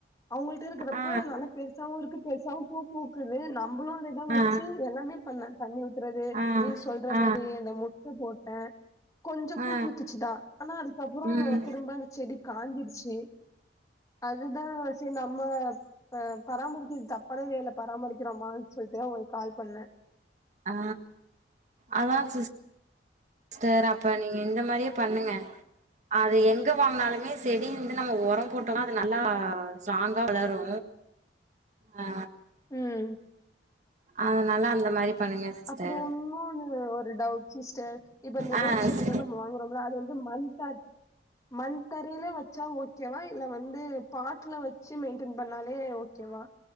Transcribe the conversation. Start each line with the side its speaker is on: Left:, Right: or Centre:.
Left: அவங்கள்ட்ட இருக்கிறப்ப
Right: ஆ ஆ
Left: நல்லா பெருசாவு இருக்கு பெருசாவு பூ பூக்குது நம்பளோட இதா வெ
Right: ஆ
Left: சி எல்லாமே பண்ணே தண்ணி ஊத்துறது
Right: ஆ
Left: நீங்க சொல்ற
Right: ஆ
Left: மாரி அந்த முட்ட போட்டே கொஞ்சோ பூ
Right: ஆ
Left: பூத்துச்சிதா ஆனா அதுக்கப்றோ
Right: ம்
Left: திரும்ப செடி காஞ்சிருச்சி அதுதா செரி நம்ம அ பராமரிக்கிறது தப்பான வேல பராமரிக்கிறோமான் சொல்ட்டு அவுங்களுக்கு கால் பண்ணே
Right: ஆ அதா சிஸ் டர் அப்ப நீங்க இந்த மாரியே பண்ணுங்க அது எங்க வாங்கினாலுமே செடி நம்ம ஒரோ போட்டோனா அது நல்லா ஸ்ட்ராங்கா வளரு ஆ
Left: ம்
Right: அதனால அந்த மாரி பண்ணுங்க சிஸ்டர்
Left: அப்றோ உன்னோன்னு ஒரு டவுட் சிஸ்டர் இப்ப இந்த
Right: ஆ
Left: ரோஸ் செடிலலா
Right: ஸ்
Left: நம்ம வாங்கறோம்ல அது வந்து மண் பாட் மண் தரையில வெச்சா ஓகேவா இல்ல வந்து பாட்ல வெச் சி மெயின்டென் பண்ணாலே ஓகேவா